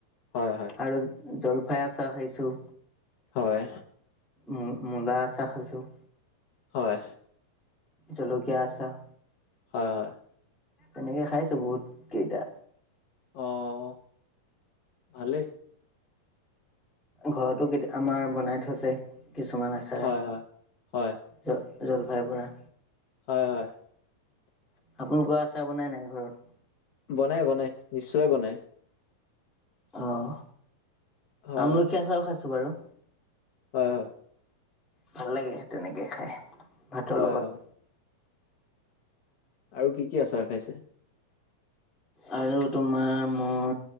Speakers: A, on the left; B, in the centre.
A: হয় হয়
B: আৰু জলফাই আচাৰ খাইছোঁ।
A: হয়।
B: মূ-মূলা আচাৰ খাইছোঁ।
A: হয়।
B: জলকীয়া আচাৰ!
A: হয়, হয়।
B: এনেকে খাইছো বহুত কেইটা।
A: অ', অ', অ' ভালেই।
B: ঘৰতো কেতি, আমাৰ বনাই থৈছে কিছুমান আচাৰ।
A: হয় হয় হয়
B: জ-জলভাই পৰা।
A: হয়, হয়।
B: আপোনালোকৰ আচাৰ বনাই নাই ঘৰত?
A: বনাই বনাই, নিশ্চয় বনাই।
B: অ'
A: হয়
B: আমলখী আচাৰো খাইছো বাৰু।
A: হয়, হয়।
B: ভাল লাগে তেনেকে খাই, ভাতৰ
A: হয়
B: লগত।
A: হয় আৰু কি কি আচাৰ খাইছে?
B: আৰু তোমাৰ মই